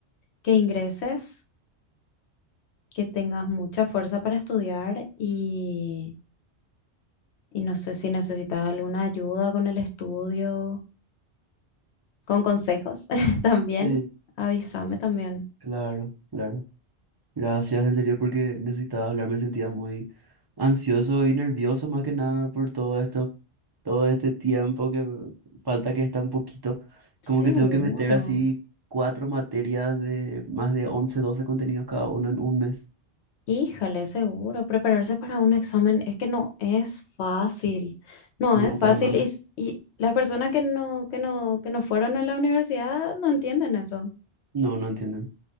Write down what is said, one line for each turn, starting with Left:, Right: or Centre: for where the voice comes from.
Left: que ingreses, que tengas mucha fuerza para estudiar y, y no sé si necesitas alguna ayuda con el estudio con consejos <laughs> también.
Right: sí,
Left: Avísame también.
Right: claro, claro. Gracias, en serio, porque necesitaba hablar, me sentía muy ansioso y nervioso más que nada por todo esto, todo este tiempo que falta que está un poquito,
Left: Seguro.
Right: como que tengo que meter así cuatro materias de más de 11 12 contenidos cada uno en un mes.
Left: Híjole, seguro. Prepararse para un examen es que no es fácil. No
Right: No,
Left: es fácil
Right: para nada.
Left: y, s- y las personas que no, que no, que no fueron a la universidad no entienden eso.
Right: No, no entienden.